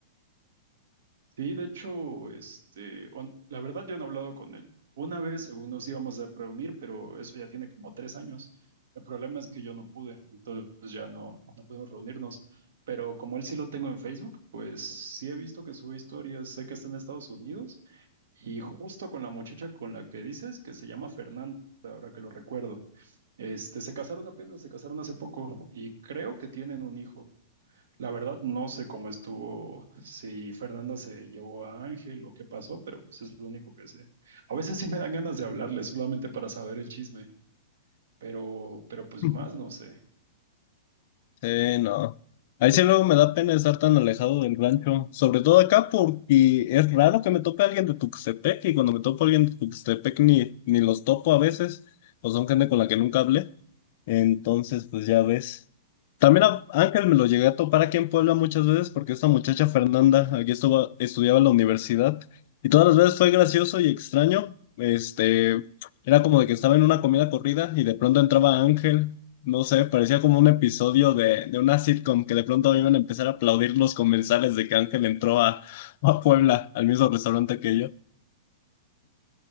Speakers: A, on the right; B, on the left.
A: Sí, de hecho, este, on- la verdad yo no he hablado con él. Una vez, según nos íbamos a reunir, pero eso ya tiene como tres años. El problema es que yo no pude, entonces ya no, no pudimos reunirnos. Pero como él sí lo tengo en Facebook, pues sí he visto que sube historias, sé que está en Estados Unidos y justo con la muchacha con la que dices, que se llama Fernanda, ahora que lo recuerdo. Este, se casaron apenas, se casaron hace poco y creo que tienen un hijo. La verdad, no sé cómo estuvo, si Fernanda se llevó a Ángel o qué pasó, pero pues es lo único que sé. A veces sí me dan ganas de hablarle solamente para saber el chisme, pero, pero pues
B: <laughs>
A: más no sé.
B: Sí, no. Ahí sí luego me da pena estar tan alejado del rancho, sobre todo acá porque es raro que me tope alguien de Tuxtepec y cuando me topo alguien de Tuxtepec ni, ni los topo a veces, o son gente con la que nunca hablé, entonces pues ya ves. También a Ángel me lo llegué a topar aquí en Puebla muchas veces porque esta muchacha Fernanda aquí estuvo, estudiaba en la universidad y todas las veces fue gracioso y extraño, este, era como de que estaba en una comida corrida y de pronto entraba Ángel. No sé, parecía como un episodio de, de una sitcom que de pronto iban a empezar a aplaudir los comensales de que Ángel entró a, <laughs> a Puebla, al mismo restaurante que yo.